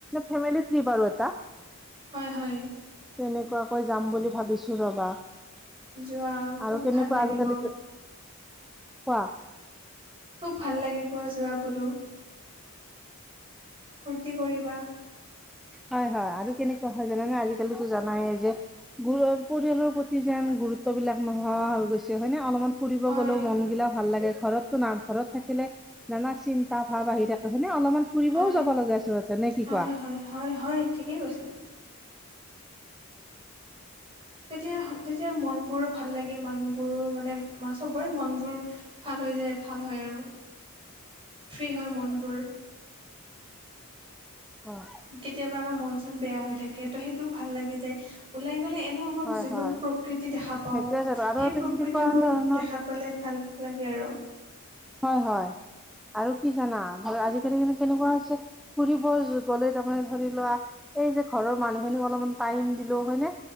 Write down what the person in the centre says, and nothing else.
ফেমিলি ট্ৰিপ আৰু এটা
তেনেকুৱাকৈ যাম বুলি ভাবিছো ৰবা।
আৰু
কেনেকুৱা
আজিকালি কোৱা
হয় হয় আৰু কেনেকুৱা হয় জানা নে আজিকালিতো জানায়ে যে গু পৰিয়ালৰ প্ৰতি যেন গুৰুত্ব বিলাক নোহোৱা হৈ গৈছে হয় নে অলপমান ফুৰিব
গ'লেও মনগিলা ভাল লাগে ঘৰত ঘৰত থাকিলে নানা চিন্তা ভাৱ আহি থাকে হয় নে অলপমান ফুৰিবও
যাব লাগে আচলতে নে কি
কোৱা
হয়
হয়
হয়
সেইটোৱে জানো
আৰু তেনেকুৱা
ধৰণৰ
হয় হয় আৰু কি জানা ধৰ আজিকালি মানে কেনেকুৱা হৈছে ফুৰিব গ'লে তাৰমানে ধৰি লোৱা এই যে ঘৰৰ মানুহখিনিক অলপমান টাইম দিলো হয়নে